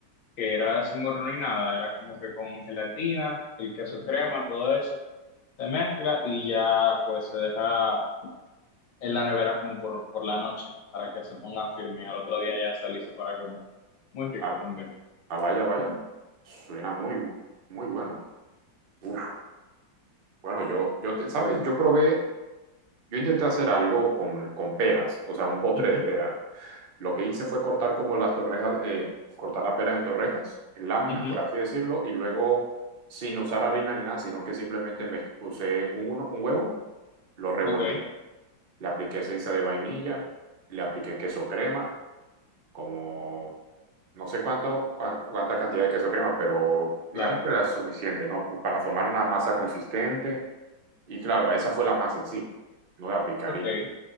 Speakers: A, on the left; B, on the right.
A: que era sin horno ni nada, era como que con gelatina, el queso crema, todo eso se mezcla y ya pues se deja en la nevera como por, por la noche para que se ponga firme y al otro día ya está listo para comer. Muy rico
B: ah,
A: también.
B: ah, vaya, vaya. Suena muy, bu- muy bueno. Uf, bueno, yo, yo te, ¿sabes? Yo probé, yo intenté hacer algo con, con peras, o sea, un postre
A: Ujú,
B: de peras. Lo que hice fue cortar como las torrejas, eh, cortar la pera en torrejas, en láminas,
A: ujú.
B: por así decirlo, y luego sin usar harina ni nada, sino que simplemente me puse un, un huevo, lo revolví,
A: Ok,
B: le apliqué esencia de vainilla, le apliqué queso crema, como no sé cuánto, cua- cuánta cantidad de queso crema, pero digamos
A: claro.
B: que era suficiente, ¿no? Pues para formar una masa consistente. Y claro, esa fue la masa en sí. No le apliqué harina
A: Ok.